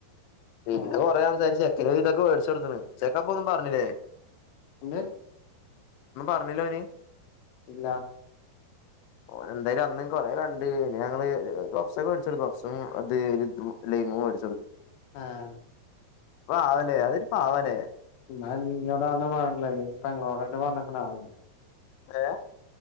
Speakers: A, on the left; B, on the left.
A: പിന്നെ
B: ഉം
A: കൊറേ സംസാരിച്ച് ചെക്കന് വിധൊക്കെ മേടിച്ചൊടുത്ത്ണ് ചെക്ക അപ്പ ഒന്നും പറഞ്ഞില്ലേ
B: എന്ത്
A: പറഞ്ഞില്ലെ ഓന്
B: ഇല്ല
A: <inaudible> ഓന് എന്തായാലും അന്ന് കൊറെ കണ്ട് ഞങ്ങള് ബോക്സ് ഒക്കെ മേടിച്ചു ബോക്സും അത് ഒര് ഇതും ലെയിമും വേടിച്ചു കൊടുത്തു
B: ആഹ്
A: ആ അവ് ലെ അത് ഒര് പാവലെ
B: ന്നാ നിന്നോട് പറഞ്ഞത് ഇപ്പം ഞൻങ്ങളോടെറ്റം പറഞ്ഞിക്ക്‌ണോ ആവോ
A: എ